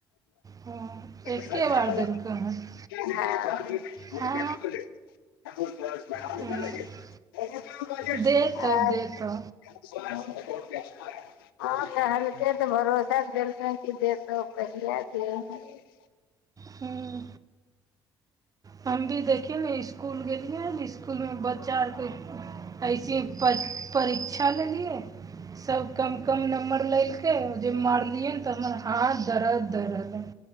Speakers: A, on the right (about 30°); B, on the left (about 70°).
A: <inaudible> हँ
B: <unintelligible>
A: एके बार देलकौ हन
B: <unintelligible>
A: हँ हँ,
B: आर
A: देतौ देतौ
B: <unintelligible> <unintelligible>
A: हं हम भी देखियै ने इसकुल गेलियै ने इसकुलमे बच्चा आरके ऐसे पर परीक्षा लेलियै सब कम कम नम्बर लेलकै जे मारलियै तऽ हमर हाथ दरद दै रहल य